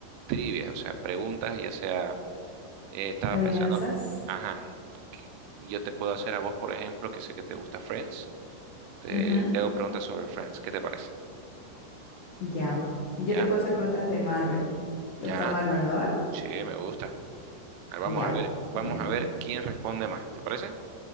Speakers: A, on the right; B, on the left.
A: trivia? O sea, preguntas, ya sea, eh, estaba
B: Adivinanzas.
A: pensando, ajá, yo te puedo hacer a vos, por ejemplo, que sé que te gusta Friends. Te,
B: Ujú.
A: te hago preguntas sobre Friends. ¿Qué te parece?
B: Ya. Yo
A: ¿Ya?
B: te puedo hacer preguntas de Marvel.
A: ¿Ya?
B: ¿Te gusta Marvel, no? eh?
A: Sí, me gusta. Ahora vamos
B: Ya.
A: a ver, vamos
B: Bien.
A: a ver quién responde más. ¿Te parece?